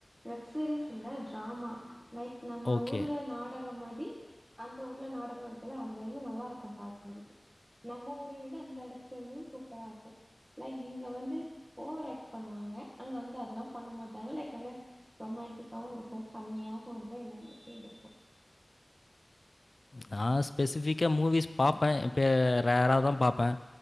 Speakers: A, in the centre; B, on the left.
A: வெப் சீரிஸ் இல்ல டிராமா லைக் நம்ம
B: ஓகே.
A: ஊர்ல நாடகம் மாதி அந்த ஊர்ல நாடகம் இருக் குல அந்த இது நல்லாருக்கும் பாக்குறதுக்கு நம்ம ஊர வி டு அந்த இடத்துல உள்ளது <unintelligible> சூப்பரா இருக்கும் லைக் இங்க வந்து ஓவர் ஆக்ட் பண்ணுவாங்க அங்க வந்து அதல்லாம் பண்ண மாட்டாங்க லைக் அங்க ரொமாண்டிக்காவும் இருக்கும் ஃபன்னியாவும் இருக்கும் எல்லாமே சேந்திருக்கும்
B: நான் ஸ்பெசிஃபிக்கா மூவிஸ் பாப்பேன் இப்பய ரேரா தான் பாப்பேன்